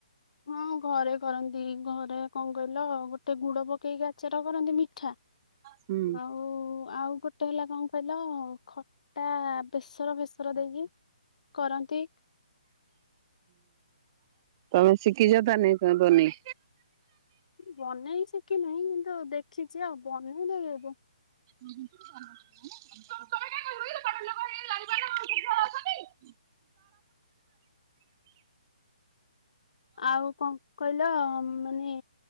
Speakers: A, on the left; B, on the right.
A: ହଁ ଘରେ କରନ୍ତି ଘରେ କଣ କହିଲ ଗୋଟେ ଗୁଡ ପକେଇକି ଆଚର କରନ୍ତି ମିଠା। ହଁ।
B: ହୁଁ।
A: ଓ ଆଉ ଗୋଟେ ହେଲା କଣ କହିଲ ଖଟା ବେସର ଫେସର ଦେଇକି କରନ୍ତି।
B: ତମେ ଶିଖିଚ ତା ନେ ବନେଇ?
A: ବନେଇ ଶିଖିିନେଇଁ କିନ୍ତୁ ଆ ଦେଖିଚି ଆଉ ବନେଇଲେ ବ
B: <inaudible> <inaudible>
A: ଆଉ କଣ କହିଲ ମାନେ